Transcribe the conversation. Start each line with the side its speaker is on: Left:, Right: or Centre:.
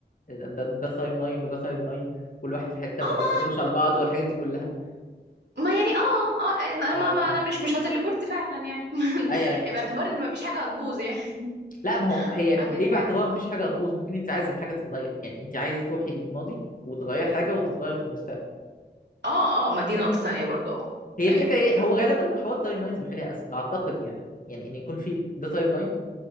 Left: ده ده تايم لاين وده تايم لاين كل واحد في حته
Right: اه
Left: ما بيأثرش
Right: ما
Left: على بعض والحاجات دي كلها
Right: ما يعني اه اه أنا-
Left: ايوه
Right: ما, ما انا مش مش هتليبورت فعلا يعني <laughs>
Left: ايوه أيوه.
Right: يعني باعتبار ان مفيش حاجه هتبوظ يعني
Left: لا ما هو
Right: <laughs>
Left: هي
Right: حاجه
Left: ليه
Right: كده
Left: باعتبار
Right: اه
Left: مفيش حاجه هتبوظ ممكن انت عايزه الحاجه تتغير يعني انت عايزه تروحي للماضي وتغير حاجه وتتغير في المستقبل
Right: اه اه ما دي نقطه تانية برضو اه
Left: هي
Right: ايوه
Left: الفكره ايه هو غالبا حوار التايم لاينز بيخليها اسهل اعتقد يعني يعني ان يكون في ده تايم لاين